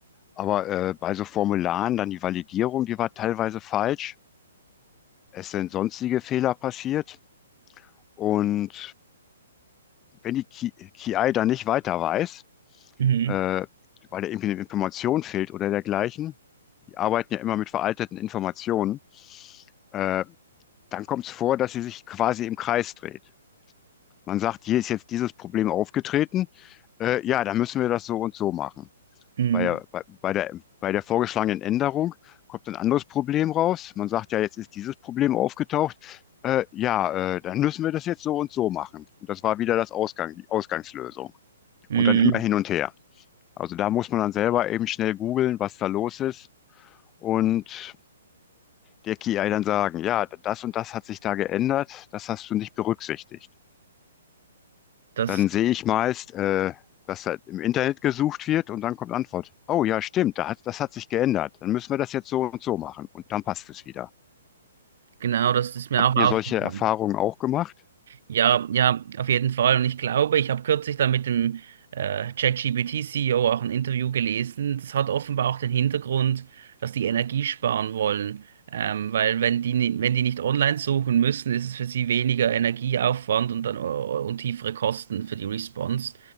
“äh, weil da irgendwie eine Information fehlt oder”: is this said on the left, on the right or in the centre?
Left